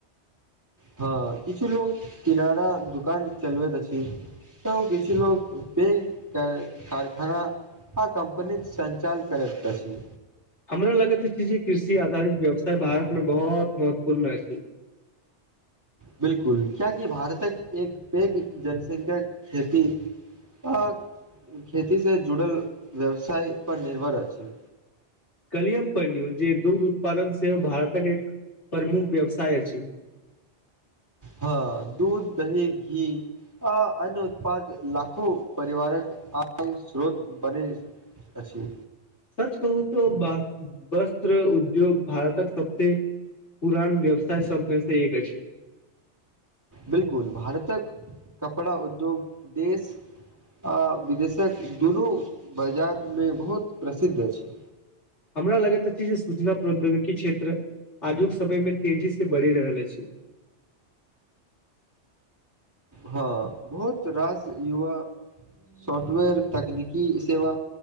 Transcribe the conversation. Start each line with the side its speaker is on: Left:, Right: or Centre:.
Right: हँ किछु लोग किनारा दोकान चलबैत अछि। तऽ किछु लोग पे कारखाना। ह कंपनी के संचाल करैत अछि।
Left: हमरा लगैत छै जे कृषि आधारित व्यवसाय भारत में बहुत महत्वपूर्ण अछि।
Right: बिलकुल क्याकि भारतक एक पैघ जनसंख्या खेती। आ खेती से जुड़ल व्यवसाय पर निर्भर अछि।
Left: कलिय प लियौ जे दूग्ध उत्पादन सेहो भारतक एक प्रमुख व्यवसाय अछि।
Right: हँ दूध दही घी आ अन्न उत्पादाद लाखो परिवारक आ स्रोत बने अछी।
Left: सच कहू तऽ ब- वस्त्र उद्योग भारतक सबसे। पुरान व्यवसाय सबमे से एक अछि।
Right: बिलकुल भारतक कपड़ा उद्योग देश आ विदेशक दुनू बाजारमे बहुत प्रसिद्ध अछि।
Left: हमरा लगैत अछि जे सूचना प्रौद्योगिकी क्षेत्र आजुक समय मे तेजी से बढ़ि रहल अछि।
Right: हँ बहुत रास युवा सॉफ्टवेयर तकनीकी सेवा